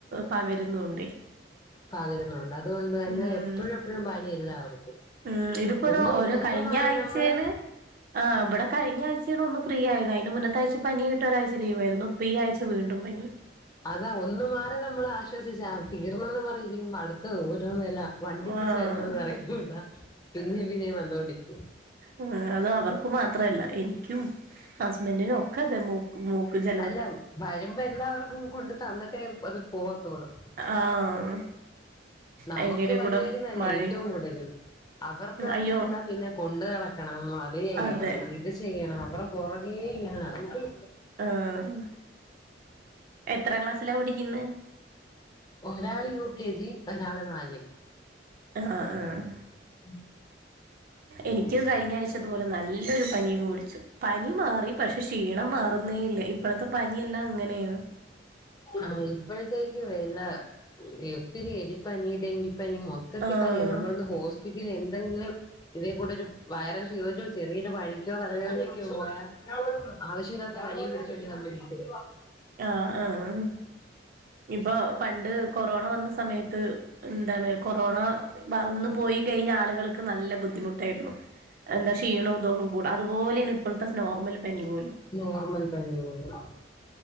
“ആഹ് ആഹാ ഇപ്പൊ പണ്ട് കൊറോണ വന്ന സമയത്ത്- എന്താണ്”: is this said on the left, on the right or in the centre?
Right